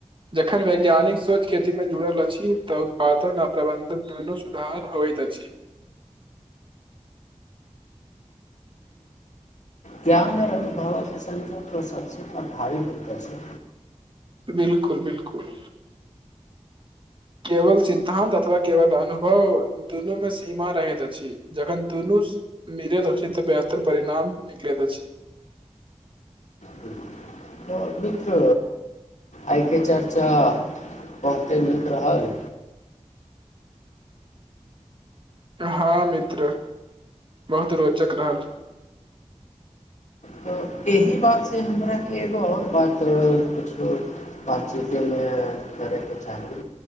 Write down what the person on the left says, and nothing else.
ज्ञान आओर अभिभावक संख्या सब प्र भारी हो छै
बिल्कुल। मित्र आइके चर्चा बहुते नीक रहल
तऽ एहि बातसँ हमराके एगो आओर बात किुछु बातचीतमे करैके चाही